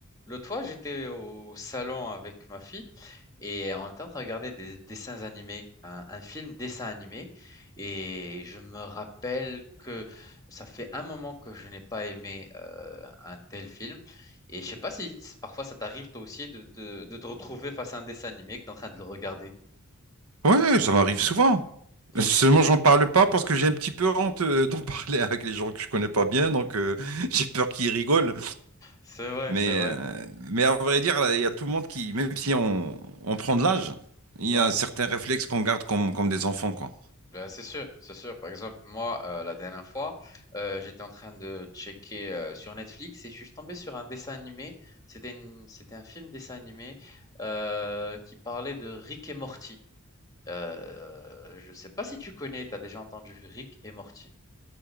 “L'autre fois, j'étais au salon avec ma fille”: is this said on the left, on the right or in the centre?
Left